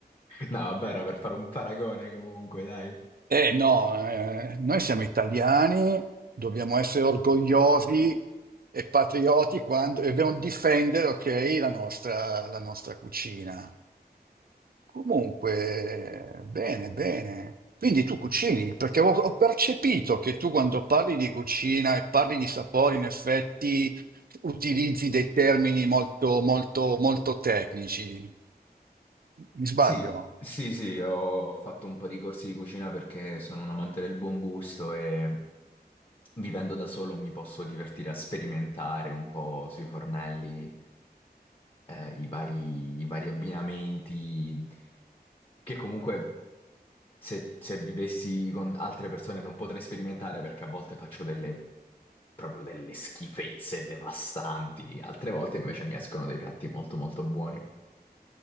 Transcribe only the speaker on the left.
No, vabbè, era per fare un paragone comunque, dai.
Sì, sì, sì, ho fatto un po' di corsi di cucina perché sono un amante del buon gusto e vivendo da solo mi posso divertire a sperimentare un po' sui fornelli, eh, i vari, i vari abbinamenti, che comunque se, se vivessi con altre persone non potrei sperimentare perché a volte faccio delle, proprio delle schifezze devastanti, altre volte invece mi escono dei piatti molto molto buoni.